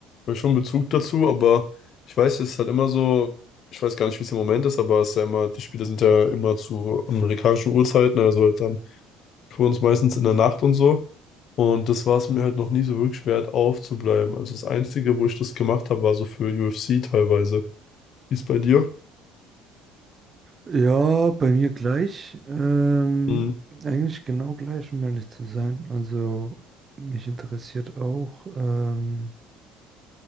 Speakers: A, on the left; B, on the right.
A: habe ich schon Bezug dazu, aber ich weiß, es ist halt immer so, ich weiß gar nicht, wie es im Moment ist, aber es ist ja immer, die Spiele sind ja immer zu amerikanischen Uhrzeiten, also halt dann für uns meistens in der Nacht und so. Und das war es mir halt noch nie so wirklich wert, aufzubleiben. Also das Einzige, wo ich das gemacht habe, war so für UFC teilweise. Wie ist bei dir?
B: Ja, bei mir gleich. Ähm,
A: Mm,
B: eigentlich genau gleich, um ehrlich zu sein. Also mich interessiert auch, ähm,